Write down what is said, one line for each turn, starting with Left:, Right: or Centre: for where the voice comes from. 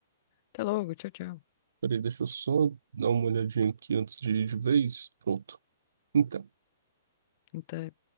Left: Até logo, tchau, tchau.
Right: Peraí, deixa eu só dar uma olhadinha aqui antes de ir de vez. Pronto. Então.
Left: Até.